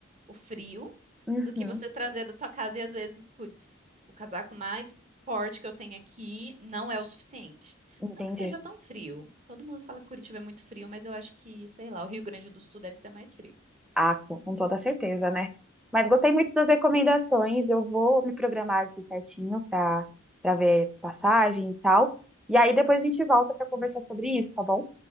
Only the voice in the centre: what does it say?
Uhum.
Entendi.
Ah, com com toda certeza, né? Mas gostei muito das recomendações. Eu vou me programar aqui certinho para para ver passagem e tal. E aí depois a gente volta para conversar sobre isso, tá bom?